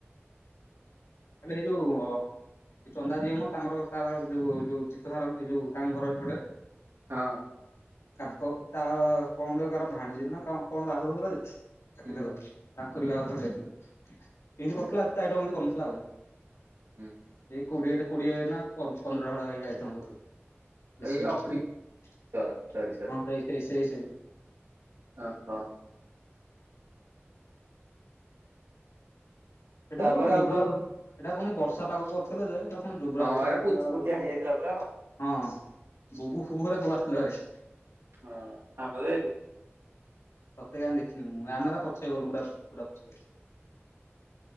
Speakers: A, on the left; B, on the right.
A: ଖାଲି ହେଇଯୋଉ ହ ଏ ଚନ୍ଦା ଯିଏମ ତାଙ୍କର ତାର ଯୋଉ ଯୋଉ ଚିତ ସାରଙ୍କ ଭାଇ ଯୋଉ ତାଙ୍କ ଘର ଏପଟେ
B: ହଁ।
A: ତାଙ୍କ ତା କଣ ଗୋଟେ କାର ଭାଣିଜୀର ନା କ କଣ ବାହାଘର ହଉଥିଲା ଯେ ଡ଼ାକିଥିଲା
B: ହୁଁ
A: ତାଙ୍କରି ବାଘର କୁ ପା ଯାଇଥିଲେ ଏମିତି
B: ହୁଁ
A: କରିଥିଲା ଏତେ ଆଇଟମ ଏମିତି କରିନଥିଲା ଆଉ।
B: ହୁଁ ହୁଁ।
A: ଏଇ କୋଡିଏ ଟା କୋଡିଏ ନା ପନ୍ଦର ଭଳିଆ ଆଇଟମ କରୁଥିଲା। ବେଶୀ
B: ଏଇ
A: ନାହିଁ
B: ଅଭି
A: ହଁ
B: ସରି ସରି
A: ସେଇ, ସେଇ, ସେଇ, ସେଇ
B: ଓ ହୋ।
A: ସେଇଟା
B: ତାପରେ
A: <unintelligible> ଯୋବ୍ରା,
B: ଆଉ କଣ କହୁଥିଲି
A: ଏଇଟା ପୁଣି ବର୍ଷା ପାଗସହ ଥିଲେ ଯେ ଏଟ ପୁଣି ଜୋବ୍ରା
B: ହଁ
A: କୁତୁରାଥିଲେ।
B: ଏରା ପୁଚୁ ପୁଚିଆ ହେଇଯାଇଥିଲା ପୁରା ପା
A: ହଁ ବୁବୁ ଫୁବୁ ସବୁ ଆସିଥିଲ ଭାରି।
B: ହଁଅଁ ଆମେ ତ ଯାଇଥିଲୁ।
A: ତତେ କାହିଁ ଦେଖିନି ମୁଁ, ଆମେ ପଛରେ ଗଲୁ, ପୁରା ପୁରା ପଛରେ।